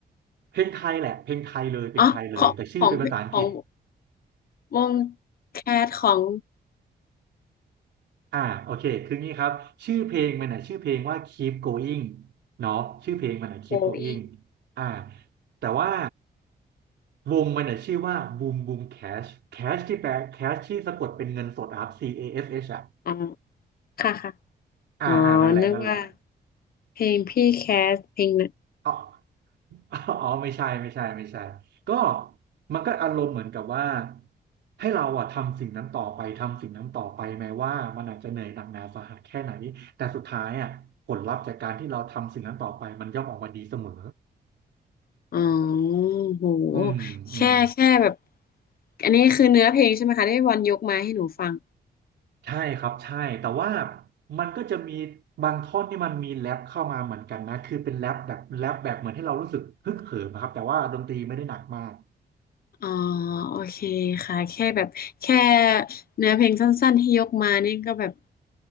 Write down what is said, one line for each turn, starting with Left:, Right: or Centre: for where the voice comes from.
Right: เพลงไทยแหละเพลงไทยเลยเพลงไทยเลยแต่ชื่อเป็นภาษาอังกฤษ
Left: อ๋อของของของวงแคทของ
Right: อ่าโอเคคืองี้ครับชื่อเพลงมันน่ะชื่อเพลงว่า Keep Going เนาะชื่อเพลงมันน่ะ Keep
Left: โบอิง
Right: Going อ่าแต่ว่าวงมันน่ะชื่อว่า Boom Boom Cash Cash ที่แปล Cash ที่สะกดเป็นเงินสดอะครับ C A S H อชเอชอ่ะ
Left: อ๋อค่ะค่ะ
Right: อ่าอ่านั่นแหละนั่นแหละ
Left: อ๋อนึกว่าเพลงพี่แคสเพลงนะ
Right: อ๋อ <laughs> อ๋อไม่ใช่ไม่ใช่ไม่ใช่ก็มันก็อารมณ์เหมือนกับว่าให้เราอะทำสิ่งนั้นต่อไปทำสิ่งนั้นต่อไปแม้ว่ามันอาจจะเหนื่อยหนักหนาสาหัสแค่ไหนแต่สุดท้ายอะผลลัพธ์จากการที่เราทำสิ่งนั้นต่อไปมันย่อมออกมาดีเสมอ
Left: อ๋อโห
Right: อืมอืม
Left: แค่แค่แบบอันนี้คือเนื้อเพลงใช่ไหมคะที่บอลยกมาให้หนูฟัง
Right: ใช่ครับใช่แต่ว่ามันก็จะมีบางท่อนที่มันมีแรปเข้ามาเหมือนกันนะคือเป็นแรปแบบแรปแบบเหมือนให้เรารู้สึกฮึกเหิมนะครับแต่ว่าดนตรีไม่ได้หนักมาก
Left: อ๋อโอเคค่ะแค่แบบแค่เนื้อเพลงสั้นๆที่ยกมานี่ก็แบบ